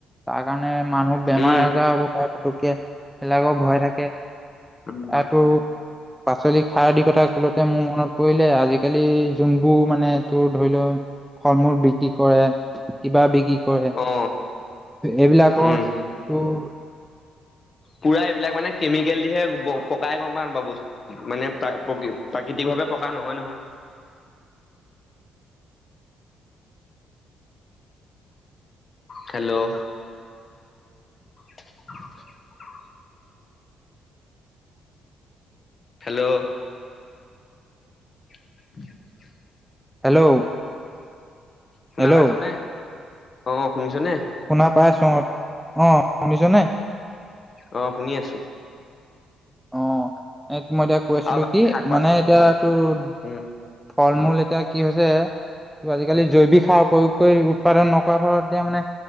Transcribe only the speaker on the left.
উম,
উম,
অ
উম
পুৰা এইবিলাক মানে কেমিকেল দিহে পকাই গম পাওঁ নাপাও বস্তু মানে প্ৰ প্ৰাকৃতিকভাৱে পকা নহয় নহয় হেল্ল' <unintelligible> হেল্ল' <unintelligible>
শুনা
পাইছ নে? অ, শুনিছ নে?
অ, শুনি আছো।
আৰু বাকী
শাক পাচলি
উম,